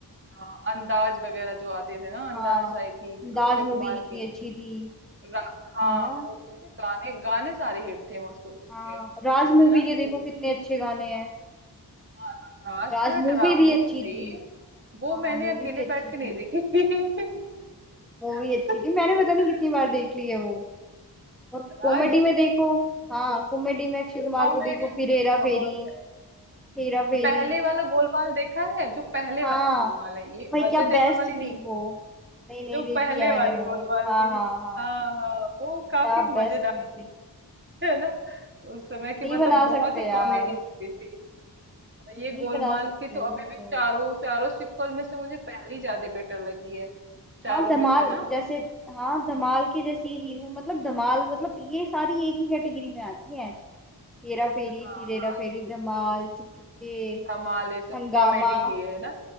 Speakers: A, on the right; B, in the centre.
A: हाँ, अंदाज वगैरह जो आते थे ना अंदाज
B: हाँ
A: आई थी अक्षय
B: दाज मूवी
A: कुमार
B: कितनी
A: की
B: अच्छी थी
A: रा- हाँ
B: है ना
A: वो उसके गाने गाने सारे हिट थे मस्त उसके
B: हाँ राज मूवी
A: है ना
B: के
A: वो
B: देखो कितने
A: वो भी
B: अच्छे
A: तो
B: गाने हैं
A: था, राज
B: राज
A: थे और
B: मूवी
A: डरावनी
B: भी अच्छी
A: थी भाई
B: थी
A: वो
B: हाँ
A: मैंने
B: मूवी
A: अकेले
B: भी अच्छी
A: बैठ के
B: थी
A: नहीं देखी थी
B: मूवी
A: <laughs>
B: अच्छी थी मैंने पता नहीं कितनी बार देख ली है वो और
A: राज
B: कॉमेडी में देखो हाँ कॉमेडी में अक्षय कुमार
A: कॉमेडी
B: को देखो
A: तो
B: फिर हेरा
A: बहुत
B: फेरी
A: है
B: हेरा फेरी
A: पहले वाला गोलमाल देखा है जो पहले
B: हाँ
A: वाला गोलमाल है ये
B: भाई
A: अजय
B: क्या बेस्ट
A: देवगन वाली नहीं
B: थी वो नहीं नहीं
A: जो
B: देखी
A: पहले
B: है मैंने
A: वाली
B: वो
A: गोलमाल
B: हाँ
A: थी
B: हाँ हाँ
A: हाँ हाँ वो काफी
B: क्या
A: मजेदार
B: बेस्ट मूवी
A: थी है ना उस समय की
B: नहीं
A: मतलब
B: बना
A: बहुत
B: सकते
A: ही
B: यार
A: कॉमेडी मूवी थी और
B: नहीं
A: ये गोलमाल
B: बना सकते
A: की तो
B: उसको
A: अभी भी चारों चारों सीक्वल में से मुझे पहली ज्यादा बेटर लगी है चारों
B: हाँ धमाल
A: में से ना
B: जैसे हाँ धमाल की जैसी ही थी वो मतलब धमाल मतलब ये सारी एक ही कैटेगरी में आती है हेरा फेरी
A: हाँ
B: फिर हेरा
A: हाँ
B: फेरी धमाल चुप चुप के
A: धमाल ये सब
B: हंगामा
A: कॉमेडी ही है ना